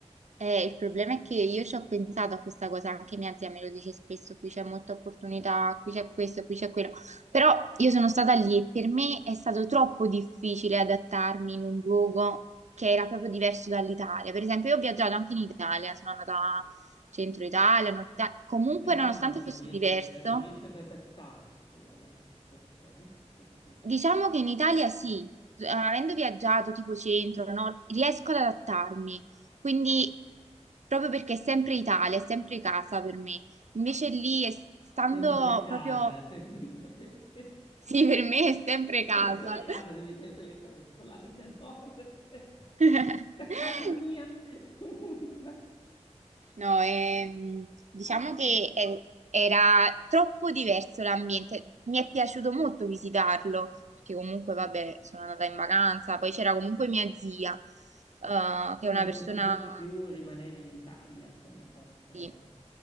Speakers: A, on the right; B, on the left.
A: Eh, il problema è che io ci ho pensato a questa cosa, anche mia zia me lo dice spesso, qui c'è molta opportunità, qui c'è questo, qui c'è quello, però io sono stata lì e per me è stato troppo difficile adattarmi in un luogo che era proprio diverso dall'Italia. Per esempio, io ho viaggiato anche in Italia, sono andata a centro Italia, nord Italia, comunque
B: Però
A: nonostante
B: non
A: fosse
B: riesci
A: diverso,
B: ad, ad- non riesci ad adattarti tu ad altre situazioni, fai fatica.
A: Diciamo che in Italia sì, eh, avendo viaggiato tipo centro, nord, riesco ad adattarmi, quindi proprio perché è sempre Italia, è sempre casa per me. Invece lì, è- stando
B: Sempre casa,
A: proprio,
B: sempre <laughs> proprio-
A: sì,
B: Ok.
A: per me è sempre casa.
B: Sempre casa, se invece quelle cose tipo la Lega Nord, <laughs>
A: <laughs>
B: da casa mia, <laughs> comunque.
A: No, ehm, diciamo
B: Però,
A: che eh, era troppo diverso l'ambiente. Mi è piaciuto molto visitarlo, perché comunque, vabbè, sono andata in vacanza, poi c'era comunque mia zia, eh,
B: quindi
A: che è una
B: la
A: persona...
B: tua opinione è più rimanere in Italia come posto,
A: Sì,